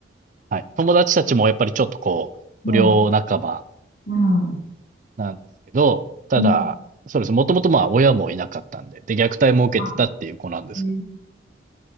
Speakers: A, on the right; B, on the left.
A: はい。友達たちもやっぱりちょっとこう、
B: うん、
A: 不良仲間
B: うん、
A: なんですけど、ただ、
B: うん。
A: そうです。もともとまあ親もいなかったんで、で、虐待も受けてたっていう子なんですけど、
B: あ、へえ、